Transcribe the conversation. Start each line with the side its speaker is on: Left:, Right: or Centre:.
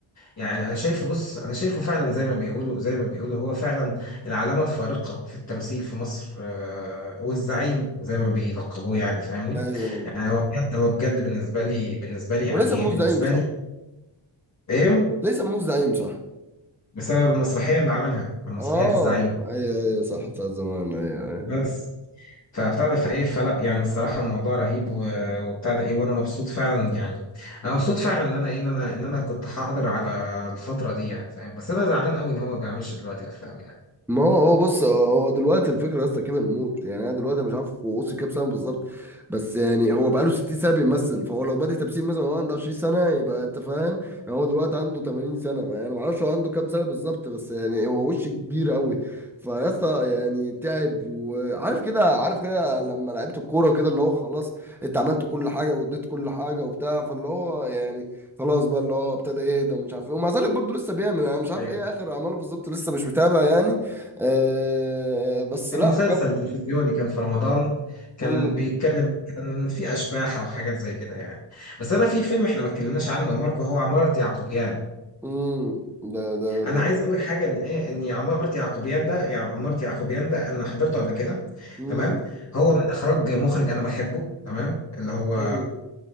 Left: يعني انا شايفه بص انا شايفه فعلا زي ما بيقولوا زي ما بيقولوا هو فعلا العلامه الفارقه في التمثيل في مصر آه، والزعيم زي ما بيلقبوه يعني فاهمني
Centre: ايوه ايوه
Left: يعني هو بجد هو بجد بالنسبه لي بالنسبه لي يعني
Centre: وليس
Left: ايه
Centre: موز
Left: بالنسبه
Centre: زعيم صح
Left: لي ايه
Centre: ليس موز زعيم صح
Left: بسبب المسرحيه اللي عملها كان مسرحيه
Centre: اه
Left: الزعيم
Centre: ايوه ايوه صح بتاع زمان ايوه ايوه
Left: بس فابتدى فايه فلا يعني الصراحه الموضوع رهيب و- وابتدى ايه وانا مبسوط فعلا يعني انا مبسوط فعلا ان انا إيه، ان انا ان انا كنت حاضر على الفتره دي يعني فاهم بس انا زعلان قوي ان هو ما بيعملش دلوقتي افلام يعني
Centre: ما هو هو بص هو دلوقتي الفكره يا اسطى كبر موت يعني انا دلوقتي مش عارف هو وصل كام سنه بالظبط بس يعني هو بقاله 60 سنه بيمثل فهو لو بادئ تمثيل مثلا وهو عنده 20 سنه يبقى انت فاهم يعني هو دلوقتي عنده 80 سنه ما- انا ما اعرفش هو عنده كام سنه بالظبط بس يعني هو وش كبير قوي فيا اسطى يعني تعب وعارف كده عارف كده لما لعبت الكوره كده اللي هو خلاص انت عملت كل حاجه واديت كل حاجه وبتاع فاللي هو يعني خلاص بقى اللي هو ابتدى يهدى ومش عارف ايه ومع ذلك برضه لسه بيعمل انا مش عارف
Left: ايوه
Centre: ايه اخر اعماله بالظبط لسه مش متابع يعني آه بس
Left: كان
Centre: لا
Left: مسلسل
Centre: جو
Left: تلفزيوني كان في رمضان كان
Centre: مم.
Left: بيتكلم كان في اشباح او حاجات زي كده يعني بس انا في فيلم احنا ما اتكلمناش عنه يا ماركو هو عمارة يعقوبيان
Centre: مم. ده ده
Left: انا
Centre: ده
Left: عايز اقول لك حاجه ان ايه ان عماره يعقوبيان ده يعني عماره يعقوبيان ده انا حضرته قبل كده
Centre: مم.
Left: تمام هو من اخراج مخرج انا بحبه تمام اللي هو
Centre: مم.